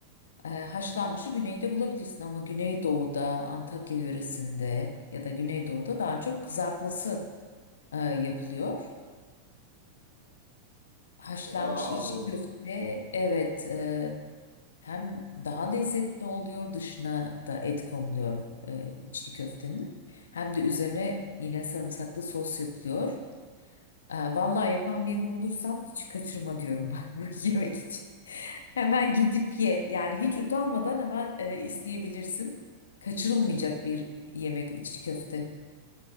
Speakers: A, on the left; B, on the left.
A: Ee, haşlanmışı güneyde bulabilirsin ama güneydoğuda, Antakya yöresinde ya da güneydoğuda daha çok kızartması e, yapılıyor. Haşlanmış
B: O daha ağır
A: içi
B: olur.
A: köfte evet e, hem daha lezzetli oluyor dışına da et konuluyor e, içli köftenin hem de üzerine yine sarımsaklı sos yapılıyor. E, vallahi yapan birini bulursan hiç kaçırma diyorum <laughs> bak bu yemek için. Hemen gidip ye yani hiç utanmadan hemen e, isteyebilirsin. Kaçırılmayacak bir yemek içli köfte.